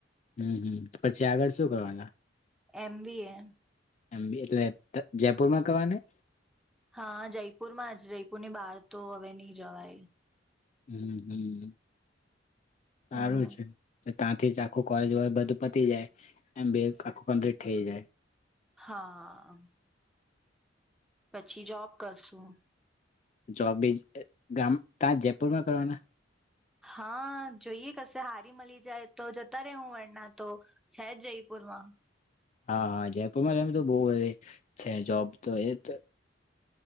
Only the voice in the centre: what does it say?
એમ બી એ.
હા જયપુર માં જ. જયપુરની બહાર તો હવે નહી જવાય.
હમ
હા. પછી જોબ કરશું.
હા, જોઈએ કશે હારી મલી જાય તો જતા રેહું એના તો, છે જ જયપુરમાં.